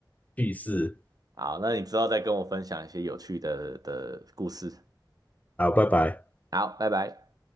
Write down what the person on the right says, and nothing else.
好，那你之后再跟我分享一些有趣的的故事。
好，拜拜。